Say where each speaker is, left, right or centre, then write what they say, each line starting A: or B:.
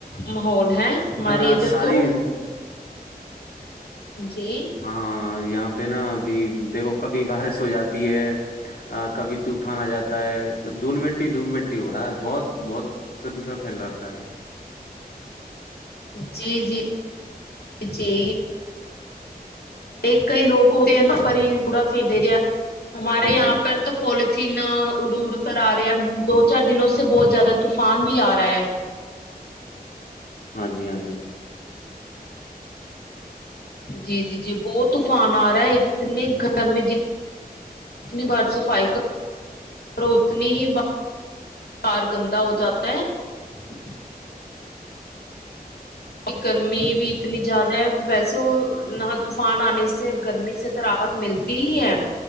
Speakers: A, on the left (about 80°); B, on the left (about 70°).
A: ماحول ہے ہماری
B: آ،
A: ادھر
B: ساری
A: تو جی
B: ہاں یہاں پہ نا ابھی دیکھو کبھی بارش ہو جاتی ہے کبھی طوفان آ جاتا ہے تو دھول مٹی دھول مٹی ہو رہا ہے بہت بہت پر <unintelligible> ت سر پھیل رکھا ہے <inaudible>
A: جی جی جی ایک کئی لوگ ہوتےئے پر ہی تھڑا پھر د رہیا <unintelligible> <inaudible> ہمارے
B: ہاں
A: یہاں
B: جی
A: پہ تو پول تین اڑ اڑ کر آ رہے ہیں دو چار دنوں سے بہت زیادہ <unintelligible> طوفان بھی آ رہا ہے
B: ہاں جی ہاں جی
A: جی جی جی بہت طوفان آ رہا ہے اتنے گھر میں ج اتنی بار صفائی کرو اتنی ہی بار بار گندا ہو جاتا ہے ج <inaudible> گرمی بھی اتنی زیادہ ہے ویسے وہ نہ طوفان آنے سے سے گرمی سے تو راہت ملتی تینین